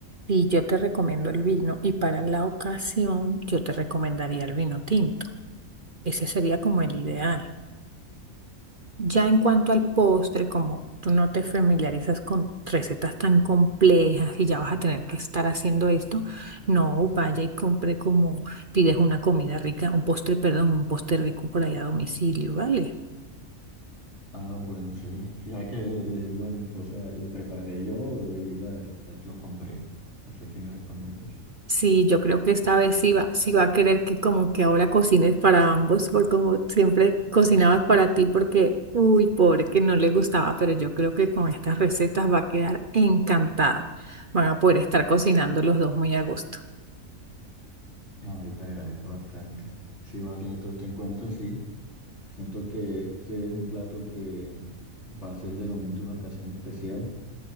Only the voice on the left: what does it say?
Ah, bueno, sí. Sí, ya que le digo a mi esposa, lo preparé yo o le digo la verdad que lo compré. No sé qué me recomiendas.
Ahí te agradezco bastante. Sí, voy a tener todo esto en cuenta, sí. Siento que este es un plato que va a ser de momento una ocasión especial.